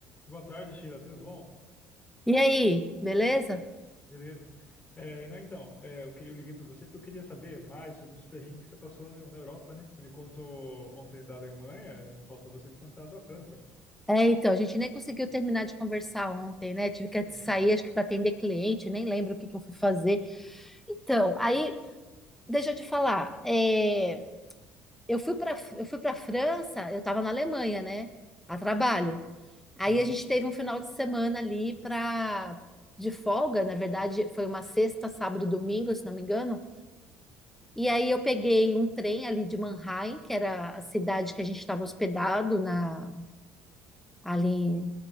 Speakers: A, on the left (about 25°); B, in the centre.
A: Boa tarde, Sheila. Tudo bom?
B: E aí, beleza?
A: Beleza. É, não, então, é, eu, queria- eu liguei para você porque eu queria saber mais sobre os perrengues que você passou na na Europa, né? Você me contou ontem da Alemanha, falta você me contar da França.
B: É, então, a gente nem conseguiu terminar de conversar ontem, né? Tive que
A: Pois
B: sair,
A: é.
B: acho que para atender cliente, nem lembro o que que eu fui fazer. Então, aí, deixa eu te falar, é, eu fui para eu fui para França, eu estava na Alemanha, né? A trabalho. Aí
A: Uhum.
B: a gente teve um final de semana ali para de folga, na verdade, foi uma sexta, sábado, domingo, se não me engano. E aí eu peguei um trem ali de Mannheim, que era a cidade que a gente estava hospedado na ali